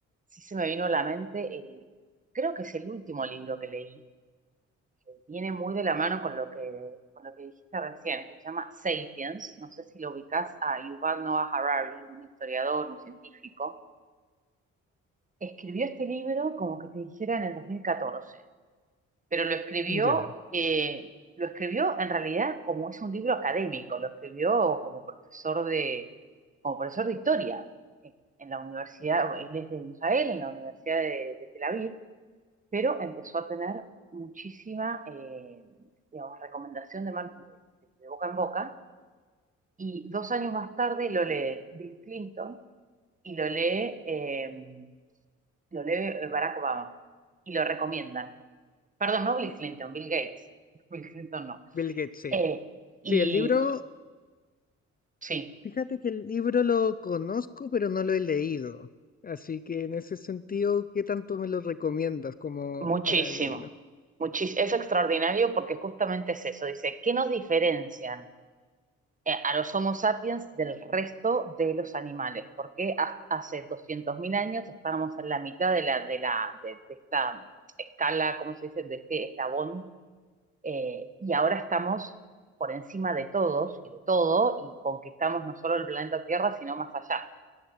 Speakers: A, on the right; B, on the left.
A: sí se me vino a la mente el, creo que es el último libro que leí, que viene muy de la mano con lo que, con lo que dijiste recién, que se llama Sapiens. No sé si lo ubicás a Yuval Noah Harari, un historiador, un científico. Escribió este libro como que te dijera en el dos mil catorce pero lo escribió,
B: Ya,
A: eh, lo escribió en realidad como es un libro académico, lo escribió como profesor de, como profesor de historia en, en la universidad, él es de Israel, en la Universidad de, de Tel Aviv, pero empezó a tener muchísima, eh, digamos, recomendación de, man- de- de- de boca en boca, y dos años más tarde lo lee Bill Clinton y lo lee, eh, lo lee Barack Obama, y lo recomiendan. Perdón, no Bill Clinton, Bill Gates. <laughs> Bill Clinton no.
B: Bill Gates, sí.
A: Eh, y
B: Sí, el libro
A: sí,
B: Fíjate que el libro lo conozco, pero no lo he leído. Así que en ese sentido, ¿qué tanto me lo recomiendas como
A: muchísimo.
B: para leerlo?
A: Muchis- es extraordinario porque justamente es eso. Dice, ¿qué nos diferencian eh, a los Homo sapiens del resto de los animales? Porque ha- hace 200.000 años estábamos en la mitad de la, de la, de, de esta escala, ¿cómo se dice? De este eslabón. eh, y ahora estamos por encima de todos y de todo y conquistamos no solo el planeta Tierra, sino más allá.